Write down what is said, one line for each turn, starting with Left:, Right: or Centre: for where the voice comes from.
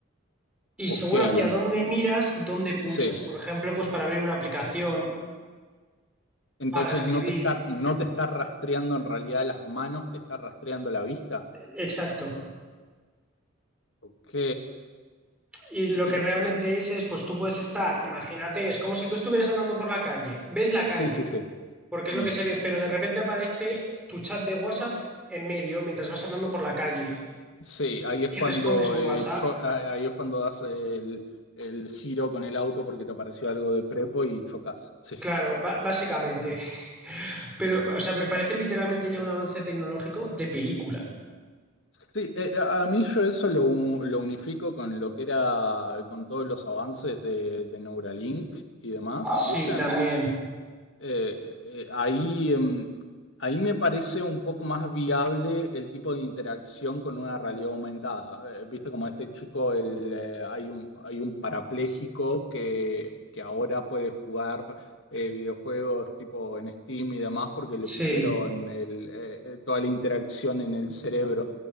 Centre: Y
Left: ok,
Centre: según
Left: en-
Centre: hacia dónde miras, dónde pulsas.
Left: sí.
Centre: Por ejemplo, pues para abrir una aplicación,
Left: Entonces
Centre: para escribir.
Left: no te está, no te está rastreando en realidad las manos, te está rastreando la vista.
Centre: Exacto.
Left: Ok,
Centre: Y lo
Left: Pero
Centre: que realmente es, es, pues tú puedes estar, imagínate, es como si tú estuvieras andando por la calle. Ves la calle,
Left: sí, sí, sí.
Centre: porque es
Left: Mm.
Centre: lo que se ve, pero de repente aparece tu chat de WhatsApp en medio mientras vas andando por la calle
Left: Sí, ahí es
Centre: y
Left: cuando
Centre: respondes un
Left: eh,
Centre: WhatsApp.
Left: cho- ah, ahí es cuando das el, el giro con el auto porque te apareció algo de prepo y chocas. Sí.
Centre: Claro, ba- básicamente. Pero, o sea, me parece literalmente ya un avance tecnológico de película.
Left: Sí, eh, eh, a mí yo eso lo, u- lo unifico con lo que era, con todos los avances de, de Neuralink y demás,
Centre: Ah, Sí,
Left: ¿viste?
Centre: ¿viste? también.
Left: Eh, eh, ahí, em, ahí me parece un poco más viable el tipo de interacción con una realidad aumentada. Eh, viste como este chico, el, eh, hay un, hay un parapléjico que, que ahora puede jugar eh, videojuegos tipo en Steam y demás porque le
Centre: Sí.
Left: pusieron el, eh, eh, toda la interacción en el cerebro.